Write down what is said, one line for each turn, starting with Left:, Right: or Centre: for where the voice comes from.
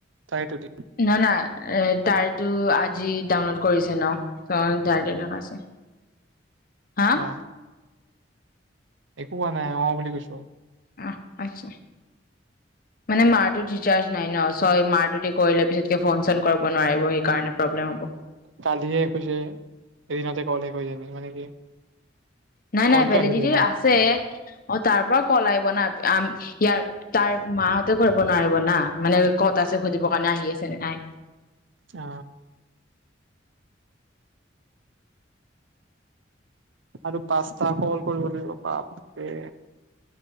Right: তাই তাৰটো দি
Left: না না তাইটো আজি দাউনলত কৰিছে ন যায় দেখাইছে হা
Right: অ একো কোৱা নাই অ বুলি কৈছো
Left: অ আচছা মানে মাৰটোত ৰিচাৰ্জ নাই ন চয় মাৰটো দি কৰিলে পিছতকৈ ফোন চোন কৰিব নোৱাৰিব সেইকাৰণে প্ৰব্লেম হ'ব
Right: কালিয়ে কৈছে এদিনতে কলে কৈ যান মানে কি
Left: নাই
Right: কলটো
Left: নাই ভেলিডিটি
Right: আহিবই না
Left: আছে অ তাৰ পৰা কল আহিব নাম ইয়াৰ তাৰ মাহঁতে কৰিব নোৱাৰিব না মানে কত আছে সুধিবৰ কাৰণে আহি আছে নে নাই
Right: অ আৰু পাচটা কল কৰিব লাগিব বাপৰে